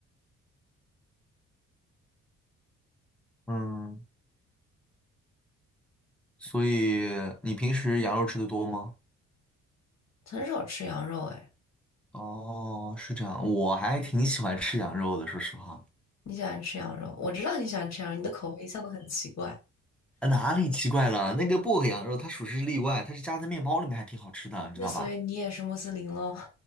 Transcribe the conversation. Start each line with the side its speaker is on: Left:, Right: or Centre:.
Centre: 嗯，所以你平时羊肉吃的多吗？
Left: 很少吃羊肉哎。
Centre: 哦，是这样，我还挺喜欢吃羊肉的，说实话。
Left: 你喜欢吃羊肉？我知道你喜欢吃羊肉，你的口味一向都很奇怪。
Centre: 呃哪里奇怪了？那个薄荷羊肉它属实是例外，它是夹在面包里面，还挺好吃的，
Left: 那所以你也是穆斯林喽，
Centre: 你知道吧？